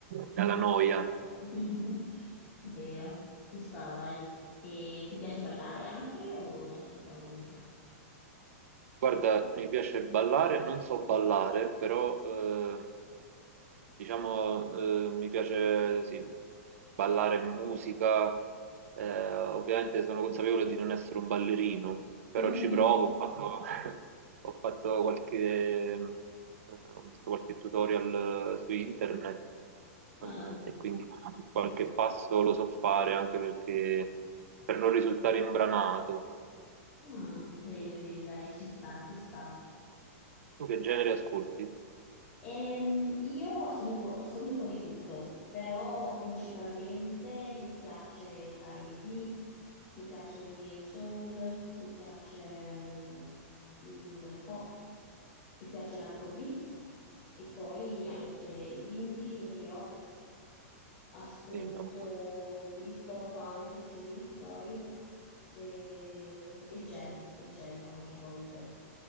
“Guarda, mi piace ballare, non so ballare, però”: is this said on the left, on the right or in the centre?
Right